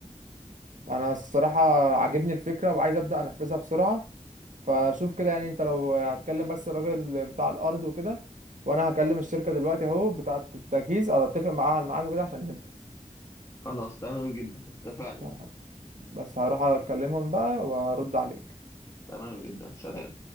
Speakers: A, on the right; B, on the left.
A: أنا الصراحة عاجبني الفكرة وعايز أبدأ أنفذها بسرعة فشوف كده يعني أنت لو هتكلم بس الراجل بتاع الأرض وكده وأنا هكلم الشركة دلوقتي أهو بتاعة التجهيز أو أتفق معاها على الميعاد وكده عشان نبدأ
B: خلاص تمام جدا اتفقنا
A: تمام، بس هروح أكلمهم بقى وأرد عليك
B: تمام جدا سلام